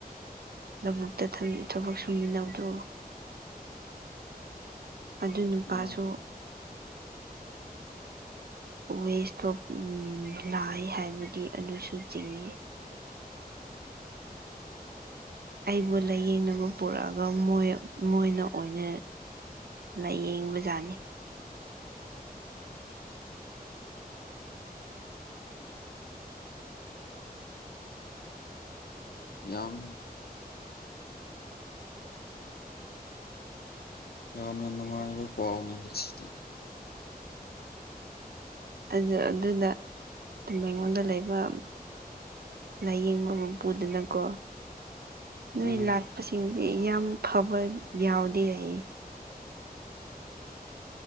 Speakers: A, on the right (about 80°); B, on the left (about 80°).
A: ꯂꯧꯕꯨꯛꯇ ꯊꯃ ꯊꯕꯛ ꯁꯨꯃꯤꯟꯅꯕꯗꯨ
B: <inaudible>
A: ꯑꯗꯨ ꯅꯨꯄꯥꯁꯨ
B: ꯎꯝ
A: ꯋꯦꯁꯇꯣꯞ ꯎꯝ ꯅꯥꯏꯌꯦ ꯍꯥꯏꯕꯒꯤ ꯑꯗꯨꯁꯨ ꯆꯤꯡꯏ ꯑꯩꯕꯨ ꯂꯥꯏꯌꯦꯡꯅꯕ ꯄꯨꯔꯛꯑꯒ ꯃꯣꯏ ꯃꯣꯏꯅ ꯑꯣꯏꯅ ꯂꯥꯏꯌꯦꯡꯕꯖꯥꯠꯅꯤ
B: ꯌꯥꯝ ꯌꯥꯝꯅ ꯅꯨꯡꯉꯥꯏꯕ ꯄꯥꯎꯅꯤ ꯉꯁꯤꯗꯤ
A: ꯑꯗꯨ ꯑꯗꯨꯅ ꯑꯩꯉꯣꯟꯗ ꯂꯩꯕ ꯂꯥꯏꯌꯦꯡꯕ ꯃꯄꯨꯗꯨꯅꯀꯣ ꯅꯣꯏ
B: ꯎꯝ
A: ꯂꯥꯛꯄꯁꯤꯡꯁꯦ ꯌꯥꯝ ꯐꯕ ꯌꯥꯎꯗꯦ ꯍꯥꯏꯌꯦ